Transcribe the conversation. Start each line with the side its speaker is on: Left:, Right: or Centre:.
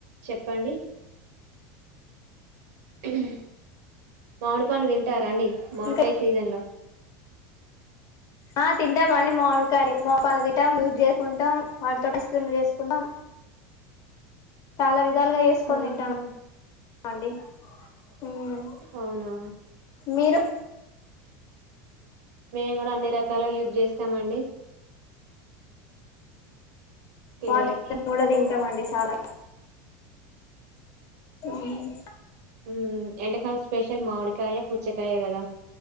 Right: చెప్పండి ఇ <unintelligible> <inaudible> మామిడి పండ్లు తింటారాండి మామిడికాయ
Left: ఇంకా
Right: సీజన్ లో
Left: ఆ తింటాం అండి మామిడికాయ మోకాలు తింటాం లూజ్ చేసుకుంటాం వాటితోట స్ క్రీమ్లు చేసుకుంటాం చాలా వి దాలుగా ఏసుకని
Right: ఉహు
Left: తింటాం అండి మ్మ్
Right: అవునా
Left: మీరు
Right: మేము కూడా అన్ని రకాల యూజ్ చేస్తామండి పిల్లలకి
Left: పాత <unintelligible> కూడా తింటామండి చాలా మ్మ్
Right: మ్మ్ ఎండకాలం స్పెషల్ మామిడి కాయ పూచ్చకాయ కదా